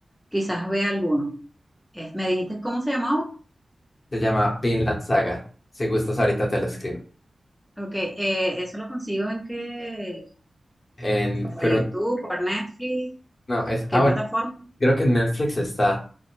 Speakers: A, in the centre; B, on the left.
A: quizás vea alguno. Es- me dijiste cómo se llamaba,
B: Se llama Vinland Saga. Si gustas, ahorita te lo escribo.
A: ok, eh, eso lo consigo en que,
B: En
A: por
B: Crun...
A: YouTube, por Netflix,
B: No, es...
A: ¿qué
B: Ah, bueno.
A: plataforma?
B: Creo que en Netflix está.